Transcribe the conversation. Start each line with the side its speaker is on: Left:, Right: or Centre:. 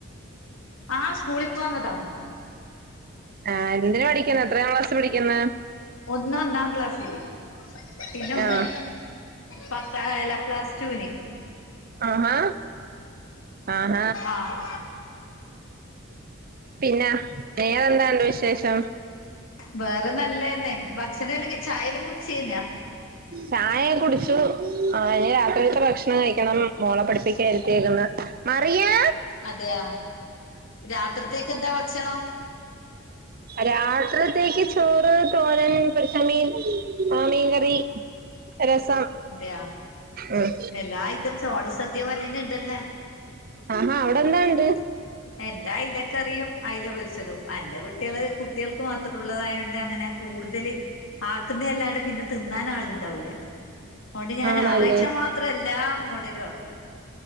Left: ആ സ്കൂളി പോന്നതാ
Right: ആ എന്തിനാ പഠിക്കുന്ന് എത്രാം ക്ലാസ്സ് പഠിക്ക്ന്ന്
Left: ഒന്ന് ഒന്നാം ക്ലാസ്സില് പിന്നെ ഒന്ന്
Right: ആഹ്
Left: പത്താം അല്ല പ്ലസ്ടൂ ന്
Right: ആഹാ ആഹ
Left: ആഹ്
Right: പിന്നെ വേറെഎന്തൊണ്ട് വിശേഷം
Left: വേറെ നല്ലന്നെ ഭക്ഷണ എല്ലാം ചായെല്ലാം കുടിച്ചേഞ്ഞാ
Right: ചായ കുടിച്ചു ആ ഇനി രാത്രിത്തെ ഭക്ഷണം കയിക്കണം മോള പഠിപ്പിക്കായിരുത്തേക്കുന്ന് മറിയാ
Left: അതെയാ രാത്രിത്തേക്ക് എന്താ ഭക്ഷണം
Right: രാത്രിത്തേക്ക് ചോറ് തോരൻ പൊരിച്ചമീൻ ആ മീൻ കറി രസം
Left: അതെയാ
Right: ഉം
Left: എല്ലാ ഐറ്റസും ഓണസദ്യ പോലെ തന്നെ ഇണ്ടല്ലേ
Right: ആഹാ അവിടെന്താ ഉണ്ട്
Left: എന്റെ അയിലക്കറിയും അയില പൊരിച്ചതും എന്റെ കുട്ടികള് കുട്ടികൾക്ക് മാത്രം ഉള്ളതായൊണ്ട് അങ്ങനെ കൂടുതല് ആക്കുന്ന അല്ലാതെ പിന്നെ തിന്നാൻ ആളുണ്ടാവൂല്ല അതൊണ്ട് ഞായറാഴ്ച
Right: ആണല്ലേ
Left: മാത്രം എല്ലാ മോഡലും ആക്കൂ